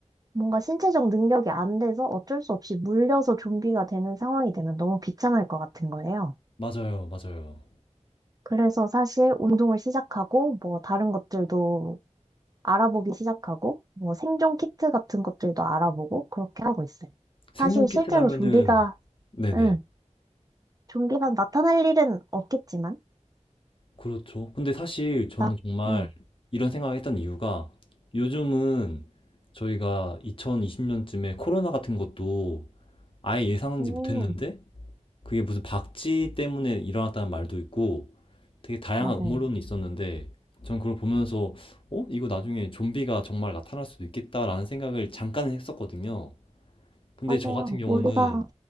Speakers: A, on the right (about 30°); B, on the left (about 45°).
A: 뭔가 신체적 능력이 안 돼서 어쩔 수 없이 물려서 좀비가 되는 상황이 되면 너무 비참할 것 같은 거예요.
B: 맞아요, 맞아요.
A: 그래서 사실 운동을 시작하고 뭐 다른 것들도 알아보기 시작하고 뭐 생존 키트 같은 것들도 알아보고 그렇게 하고 있어요.
B: 생존
A: 사실
B: 키트라면은
A: 실제로 좀비가
B: 네네.
A: 응, 좀비가 나타날 일은 없겠지만
B: 그렇죠. 근데 사실 저는
A: 나,
B: 정말
A: 응,
B: 이런 생각을 했던 이유가 요즘은 저희가 2020년쯤에 코로나 같은 것도 아예 예상하지
A: 음,
B: 못했는데 그게 무슨 박쥐 때문에 일어났다는 말도 있고 되게 다양한
A: 맞아요.
B: 음모론이 있었는데 전 그걸 보면서 어? 이거 나중에 좀비가 정말 나타날 수도 있겠다라는 생각을 잠깐은 했었거든요. 근데
A: 맞아요.
B: 저 같은 경우는
A: 우리가